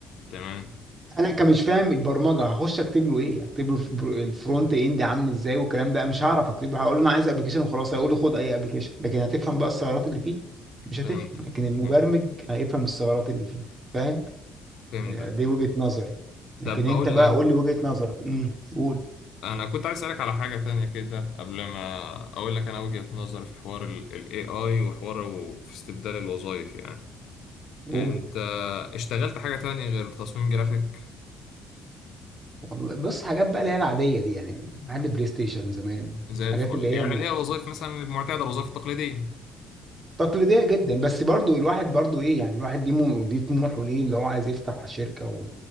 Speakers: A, on the left; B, on the right.
A: تمام
B: انا كمش فاهم البرمجه هخش اكتب له ايه اكتب له الفر- الفرونت اند عامل ازاي والكلام ده مش هعرف اكتب له هقول له انا عايز ابلكيشن وخلاص هيقول لي خد اي ابلكيشن لكن هتفهم بقى الثغرات اللي فيه مش هتفهم
A: فهمت
B: لكن المبرمج
A: فهمت-
B: هيفهم الثغرات اللي فيه فاهم
A: فهمتك
B: دي وجهة نظري لكن
A: طب بقول
B: انت بقى
A: لك
B: قول لي وجهة نظرك امم قول
A: انا كنت عايز اسالك على حاجه تانية كده قبل ما اقول لك انا وجهه نظري في حوار الاي اي وحواره في استبدال الوظائف يعني
B: قول
A: انت اشتغلت حاجه تانية غير تصميم جرافيك
B: والله بص حاجات بقى اللي هي العادية دي يعني محل بلاي ستيشن زمان
A: زي
B: الحاجات
A: الفل
B: اللي
A: يعني
B: هي م-
A: اللي هي الوظائف مثلا المعتاده الوظائف التقليديه
B: تقليدية جدا بس برضو الواحد برضو ايه يعني الواحد ليه مو- ليه طموحه ليه اللي هو عايز يفتح شركة و...